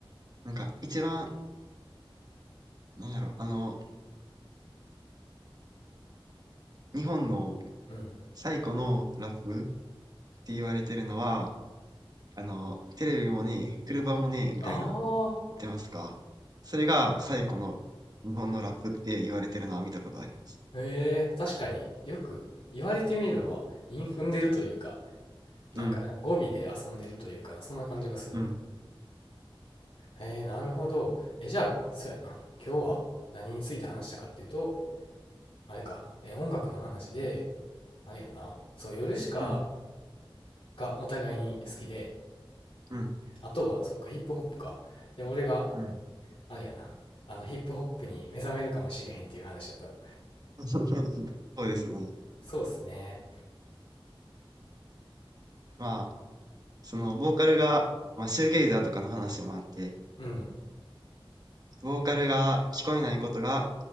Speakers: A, on the right (about 45°); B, on the left (about 80°).
A: なんか、一番、なんやろ、あの、日本の
B: うん。
A: 最古のラップって言われてるのは、あの、テレビもね車もねみたいな、
B: あ
A: 言ってますかそれが最古の日本のラップって言われてるのは見たことあります。
B: あ、へえ、確かによく言われてみれば、韻踏んでるというか、なんかね、
A: うん、
B: 語尾で遊んでるというかな、そんな感じがするな。
A: うん、
B: へえ、なるほど。え、じゃあ、そうやな。今日は何について話したかっていうと、あれか、えー音楽の話で、あれやんな。そう、ヨルシカ
A: うん、
B: がお互いに好きで、
A: うん、
B: あとは、そっか、ヒップホップか。で、俺が、
A: うん。
B: あれやな。あの、ヒップホップに目覚めるかもしれへんっていう話だったの。
A: <laughs> そうですね。
B: そうっすね。
A: まあ、その、ボーカルが、まあ、シューゲイザーとかの話もあって、
B: うん、
A: ボーカルが聞こえないことが